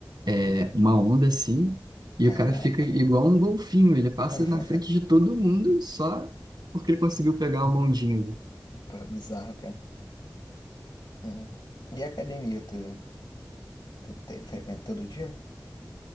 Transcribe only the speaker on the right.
é, uma onda assim e
o cara fica igual um golfinho, ele passa
na frente de todo mundo só porque ele conseguiu pegar uma ondinha.